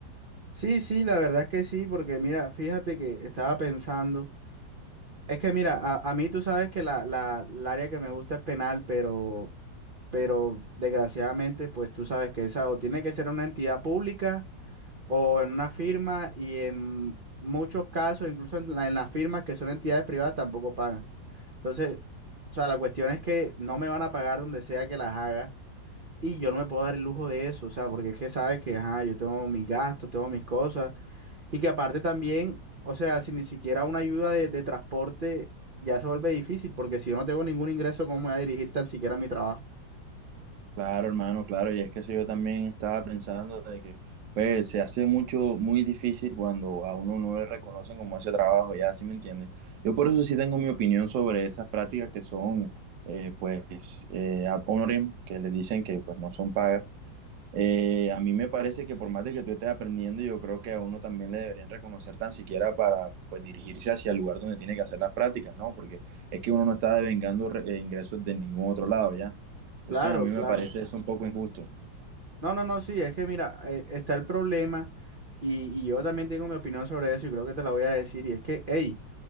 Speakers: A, on the right; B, on the right.
A: Sí, sí, la verdad es que sí, porque mira, fíjate que estaba pensando, es que mira, a, a mí tú sabes que la, la, el área que me gusta es penal, pero, pero desgraciadamente, pues tú sabes que esa o tiene que ser una entidad pública o en una firma y en muchos casos, incluso en, la- en las firmas que son entidades privadas, tampoco pagan. Entonces, o sea, la cuestión es que no me van a pagar donde sea que las haga y yo no me puedo dar el lujo de eso, o sea, porque es que sabes que, ajá, yo tengo mis gastos, tengo mis cosas y que aparte también, o sea, si ni siquiera una ayuda de, de transporte ya se vuelve difícil, porque si yo no tengo ningún ingreso, ¿cómo me voy a dirigir tan siquiera a mi trabajo?
B: Claro, hermano, claro, y es que eso yo también estaba pensando de que pues se hace mucho, muy difícil cuando a uno no le reconocen como ese trabajo, ya, ¿sí me entiendes? Yo por eso sí tengo mi opinión sobre esas prácticas que son, eh, pues, eh, ad honorem, que le dicen que pues no son pagas, eh, a mí me parece que por más de que tú estés aprendiendo, yo creo que a uno también le deberían reconocer tan siquiera para pues, dirigirse hacia el lugar donde tiene que hacer las prácticas, ¿no? Porque es que uno no está devengando re- eh, ingresos de ningún otro lado, ¿ya? Entonces
A: Claro,
B: a mí
A: claro.
B: me parece eso un poco injusto.
A: No, no, no, sí, es que mira, eh, está el problema y, y yo también tengo mi opinión sobre eso y creo que te la voy a decir y es que, hey,